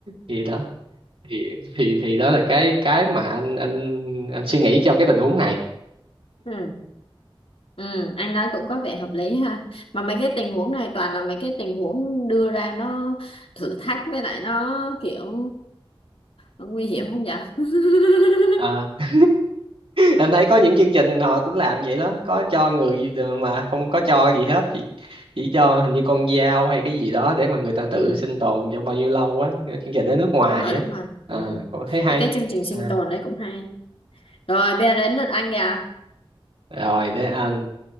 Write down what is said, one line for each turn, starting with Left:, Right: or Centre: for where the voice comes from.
Right: thì đó thì thì thì đó là cái cái mà anh anh anh suy nghĩ cho cái tình huống này
Left: ừ ừ anh nói cũng có vẻ hợp lý ha mà mấy cái tình huống này toàn là mấy cái tình huống đưa ra nó thử thách với lại nó kiểu nó nguy hiểm không vậy <laughs>
Right: <laughs> anh thấy có những chương trình họ cũng làm vậy đó có cho người mà không có cho gì hết chỉ chỉ cho hình như con dao hay cái gì đó để mà người ta tự
Left: ừ
Right: sinh tồn trong bao nhiêu lâu á Cái chương trình ở nước ngoài
Left: đúng rồi đúng
Right: á
Left: rồi
Right: à,
Left: ừ
Right: cũng thấy hay
Left: mấy cái chương trình sinh
Right: à.
Left: tồn đấy cũng hay rồi bây giờ đến lượt anh kìa
Right: rồi để anh